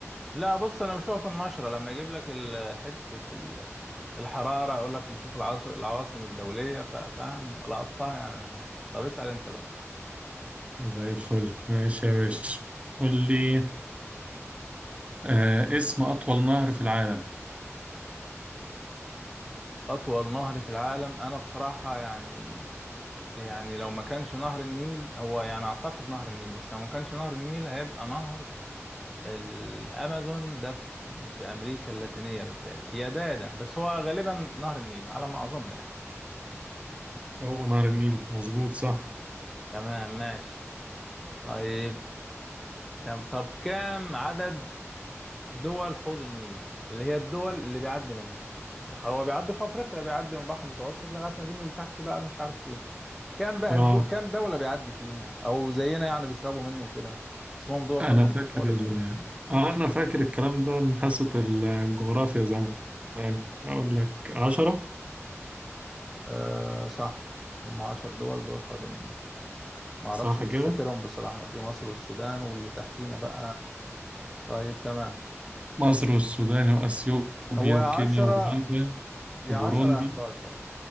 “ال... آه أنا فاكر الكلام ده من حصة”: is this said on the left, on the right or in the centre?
Right